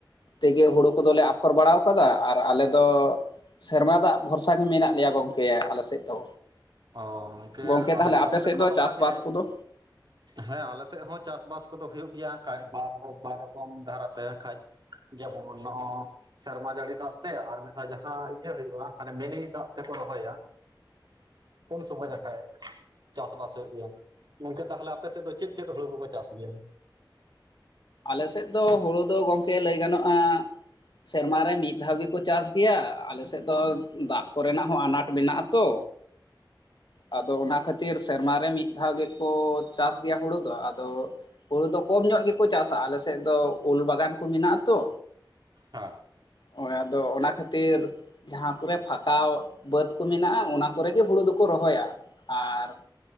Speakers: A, on the left; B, on the right.
A: ᱛᱮᱜᱮ ᱦᱩᱲᱩ ᱠᱚᱫᱚᱞᱮ ᱟᱯᱷᱚᱨ ᱵᱟᱲᱟᱣ ᱠᱟᱫᱟ ᱟᱨ ᱟᱞᱮ ᱫᱚ ᱥᱮᱨᱢᱟ ᱫᱟᱜ ᱵᱷᱚᱨᱥᱟ ᱛᱟᱡ ᱢᱮᱱᱟᱜ ᱞᱮᱭᱟ ᱜᱚᱝᱠᱮ ᱟᱞᱮ ᱥᱮᱫ ᱫᱚ
B: ᱚ ᱜᱚᱝᱠᱮ
A: ᱜᱚᱢᱠᱮ
B: ᱟᱞᱮ
A: ᱛᱟᱦᱚᱞᱮ
B: ᱫᱤᱥᱚᱢ
A: ᱟᱯᱮ
B: ᱥᱮᱫ ᱦᱚᱸ
A: ᱫᱚ
B: ᱱᱚᱝᱠᱟ
A: ᱪᱟᱥᱵᱟᱥ
B: ᱜᱮ
A: ᱠᱚᱫᱚ
B: ᱦᱮᱸ ᱟᱞᱮ ᱥᱮᱫ ᱦᱚᱸ ᱪᱟᱥᱵᱟᱥ ᱠᱚᱫᱚ ᱦᱩᱭᱩᱜ ᱜᱮᱭᱟ ᱠᱷᱟᱡ ᱟᱨ ᱵᱟᱨ ᱨᱚᱠᱚᱢ ᱫᱷᱟᱨᱟᱛᱮ ᱠᱷᱟᱡ ᱡᱮᱢᱚᱱ ᱱᱚᱜᱼ ᱥᱮᱨᱢᱟ ᱡᱟᱹᱲᱤ ᱫᱟᱜ ᱛᱮ ᱟᱨ ᱢᱤᱫ ᱫᱷᱟᱣ ᱡᱟᱦᱟᱸ ᱤᱭᱟᱹ ᱦᱩᱭᱩᱜᱼᱟ ᱦᱟᱱᱮ ᱢᱤᱱᱤ ᱫᱟᱜ ᱛᱮᱠᱚ ᱨᱚᱦᱚᱭᱟ
A: ᱦ <unintelligible>
B: ᱠᱚᱞ ᱥᱚᱢᱚᱭ ᱛᱷᱟ <inaudible> ᱪᱟᱥᱵᱟᱥ ᱦᱩᱭᱮᱱ ᱜᱚᱝᱠᱮ ᱛᱟᱦᱞᱮ ᱟᱯᱮ ᱥᱮᱫ ᱫᱚ ᱪᱮᱫ ᱪᱮᱫ ᱦᱩᱲᱩ ᱠᱚᱠᱚ ᱪᱟᱥ ᱜᱮᱭᱟ?
A: ᱟᱞᱮ ᱥᱮᱫ ᱫᱚ ᱦᱩᱲᱩ ᱫᱚ ᱜᱚᱝᱠᱮ ᱞᱟᱹᱭ ᱜᱟᱱᱚᱜᱼᱟ ᱥᱮᱨᱢᱟ ᱨᱮ ᱢᱤᱫ ᱫᱷᱟᱣ ᱜᱮᱠᱚ ᱪᱟᱥ ᱜᱮᱭᱟ ᱟᱞᱮ ᱥᱮᱫ ᱫᱚ ᱫᱟᱜᱽ ᱠᱚᱨᱮᱱᱟᱜ ᱦᱚᱸ ᱟᱱᱟᱴ ᱢᱮᱱᱟᱜ-ᱟ ᱛᱚ ᱟᱫᱚ ᱚᱱᱟ ᱠᱷᱟᱹᱛᱤᱨ ᱥᱮᱨᱢᱟ ᱨᱮ ᱢᱤᱫ ᱢᱤᱫ ᱫᱷᱟᱣ ᱜᱮᱠᱚ ᱪᱟᱥ ᱜᱮᱭᱟ ᱦᱩᱲᱩ ᱫᱚ ᱟᱫᱚ ᱦᱩᱲᱩ ᱫᱚ ᱠᱚᱢ ᱧᱚᱜ ᱜᱮ ᱠᱚ ᱪᱟᱥᱟ ᱟᱞᱮ ᱥᱮᱫ ᱫᱚ ᱩᱞ ᱵᱟᱜᱟᱱ ᱠᱚ ᱢᱮᱱᱟᱜ-ᱟ ᱛᱚ
B: ᱦᱮᱸ
A: ᱦᱚᱭ ᱟᱫᱚ ᱚᱱᱟ ᱠᱷᱟᱹᱛᱤᱨ ᱡᱟᱦᱟᱸ ᱠᱚᱨᱮ ᱯᱷᱟᱠᱟᱣ ᱵᱟᱹᱫ ᱠᱚ ᱢᱮᱱᱟᱜᱼᱟ ᱚᱱᱟ ᱠᱚᱨᱮ ᱜᱮ ᱦᱩᱲᱩ ᱫᱚᱠᱚ ᱨᱚᱦᱚᱭᱟ ᱟᱨ